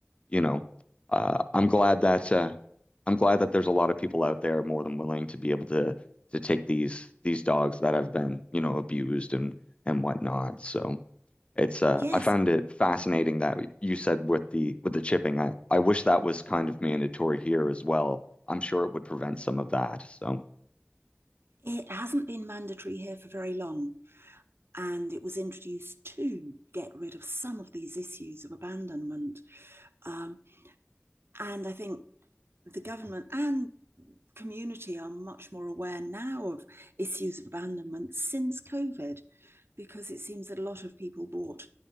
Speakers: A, on the left (about 25°); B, on the right (about 65°).
A: you know, uh, I'm glad that uh, I'm glad that there's a lot of people out there more than willing to be able to to take these these dogs that have been you know abused and and whatnot. So. It's uh,
B: Yes.
A: I found it fascinating that you said with the with the chipping. I, I wish that was kind of mandatory here as well. I'm sure it would prevent some of that. So
B: It hasn't been mandatory here for very long, and it was introduced to get rid of some of these issues of abandonment. Um, and I think the government and community are much more aware now of issues of abandonment since COVID, because it seems that a lot of people bought